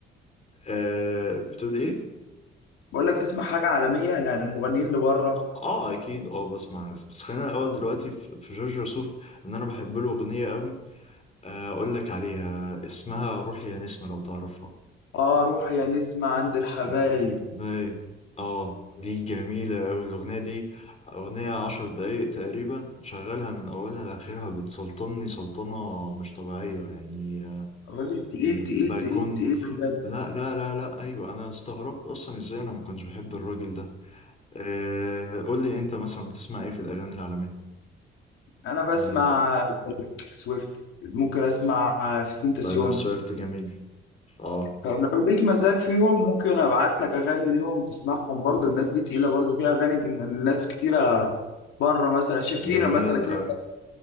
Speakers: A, on the left (about 35°); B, on the left (about 85°).
A: آه بتقول ايه
B: بقول لك بتسمع حاجه عالميه يعني المغنيين اللي بره
A: اه اكيد اه بسمع ناس بس خلينا الاول دلوقتي في في جورج وسوف ان انا بحب له اغنية قوي آه، اقول لك عليها اسمها روحي يا نسمة لو تعرفها
B: اه روح يا نسمع عند الحبايب
A: اسمها باي اه دي جميلة أوي الأغنية دي أغنية عشر دقايق تقريبا شغالها من أولها لآخرها بتسلطني سلطنة مش طبيعية يعني آه،
B: الراجل تقيل
A: الباكون
B: تقيل تقيل تقيل بجد
A: لا لا لا لا أيوة أنا استغربت أصلا إزاي أنا ما كنتش بحب الراجل ده أه قول لي أنت مثلا بتسمع إيه في الأغاني العالمية
B: انا
A: أجنبي
B: بسمع
A: وكده
B: تريك سويفت ممكن اسمع كريستين تاسيون
A: تايلر سويفت جميل اه
B: طب لو ليك مزاج فيهم ممكن ابعت لك اغاني ليهم تسمعهم برضو الناس دي تقيله برضو في اغاني الناس كتيره بره مثلا شاكيرا
A: جميل
B: مثلا كده
A: أوي